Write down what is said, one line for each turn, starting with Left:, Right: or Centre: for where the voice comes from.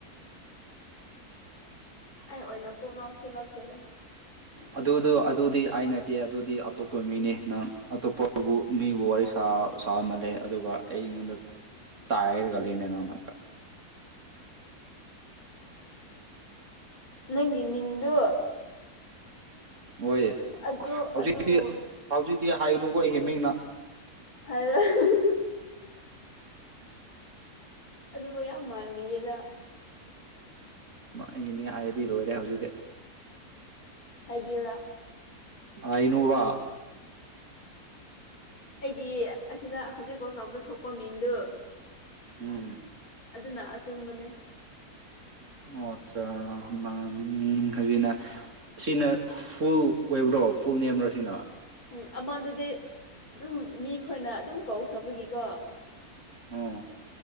Left: ꯑꯩ ꯑꯣꯏꯅ ꯀꯣꯛ ꯉꯥꯎ ꯁꯤꯜꯂꯛꯈ꯭ꯔꯦꯗ
Right: ꯑꯗꯨꯗꯣ ꯑꯗꯨꯗꯤ ꯑꯩ ꯅꯠꯇꯦ ꯑꯗꯨꯗꯤ ꯑꯇꯣꯞꯄ ꯃꯤꯅꯤ ꯅꯪ ꯑꯇꯣꯞꯄꯕꯨ ꯃꯤꯕꯨ ꯋꯥꯔꯤ ꯁꯥ ꯁꯥꯃꯜꯂꯦ ꯑꯗꯨꯒ ꯑꯩꯉꯣꯟꯗ ꯑꯟꯏꯟꯇꯦꯜꯂꯤꯖꯦꯕꯜ
Left: ꯅꯪꯒꯤ ꯃꯤꯡꯗꯨ
Right: ꯍꯣꯏ
Left: ꯑꯗꯨ
Right: ꯍꯧꯖꯤꯛꯇꯤ
Left: ꯑꯗꯨꯕꯨ
Right: ꯍꯧꯖꯤꯛꯇꯤ ꯍꯥꯏꯒꯅꯨꯀꯣ ꯑꯩꯒꯤ ꯃꯤꯡꯅ
Left: ꯍꯥꯏꯔꯣꯏ ꯍꯍꯍ ꯑꯗꯨꯕꯨ ꯌꯥꯝ ꯃꯥꯜꯂꯤꯌꯦꯗ
Right: ꯑꯩꯒꯤ ꯃꯤ ꯍꯥꯏꯔꯗꯤ ꯂꯣꯏꯔꯦ ꯍꯧꯖꯤꯛꯇꯤ
Left: ꯍꯥꯏꯕꯤꯌꯨꯨꯔꯥ
Right: ꯍꯥꯏꯅꯨꯕ
Left: ꯑꯩꯒꯤ ꯑꯁꯤꯗ ꯍꯧꯖꯤꯛ ꯀꯣꯜ ꯇꯧꯕꯗ ꯊꯣꯛꯄ ꯃꯤꯡꯗꯨ
Right: ꯎꯝ
Left: ꯑꯗꯨꯅ ꯑꯆꯨꯝꯕꯅꯦ
Right: ꯑꯣ ꯑꯠꯆꯥ ꯎ ꯍꯧꯖꯤꯅ ꯁꯤꯅ ꯐꯨꯜ ꯑꯣꯏꯕ꯭ꯔꯣ ꯐꯨꯜ ꯅꯦꯝꯔꯣ ꯁꯤꯅ
Left: ꯎꯝ ꯑꯃꯥꯟꯗꯨꯗꯤ ꯑꯗꯨꯝ ꯃꯤ ꯈꯣꯏꯅ ꯑꯗꯨꯝ ꯀꯧꯈ꯭ꯔꯕꯒꯤꯀꯣ
Right: ꯑꯣ